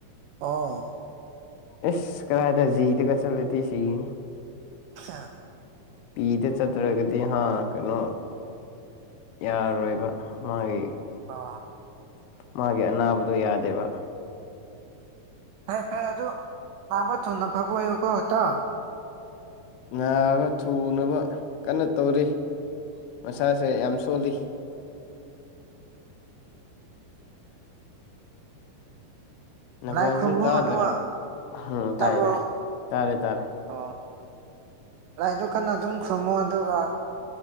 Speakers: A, on the right; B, on the left.
A: ꯑꯥ
B: ꯏꯁꯁ ꯀꯗꯁꯤꯗ ꯀ ꯆꯂꯦꯇ ꯁꯤꯅꯤ
A: ꯑ
B: ꯄꯤꯗ ꯆꯠꯇ꯭ꯔꯒꯗꯤ ꯍꯥ ꯀꯩꯅꯣ ꯌꯥꯔꯣꯏꯕ ꯃꯥꯒꯤ
A: ꯑ
B: ꯃꯥꯒꯤ ꯑꯅꯥꯕꯗꯨꯣ ꯌꯥꯗꯦꯕ
A: ꯐꯦ ꯐꯔ ꯑꯗꯨ ꯃꯥꯕ ꯊꯨ ꯅ ꯐꯥꯕꯣ ꯑ ꯀꯣ ꯇ
B: ꯅꯥꯕ ꯊꯨꯅꯕ ꯀꯟꯅ ꯇꯧꯔꯤ ꯃꯁꯥꯁꯦ ꯌꯥꯝ ꯁꯣꯜꯂꯤ ꯅꯈꯣꯟꯁꯦ
A: ꯂꯥꯏ ꯈꯨꯔꯨꯝꯕꯨ
B: ꯇꯥꯗ꯭ꯔꯦ
A: ꯑꯗꯨꯒ
B: ꯎꯝ
A: ꯇꯥꯕ꯭ꯔꯣ
B: ꯇꯥꯏ ꯇꯥꯏ ꯇꯥꯔꯦ ꯇꯥꯔꯦ
A: ꯑꯣ ꯂꯥꯏꯗꯨ ꯀꯟꯅ ꯑꯗꯨꯝ ꯈꯔꯨꯝꯃꯣ ꯑꯗꯨꯒ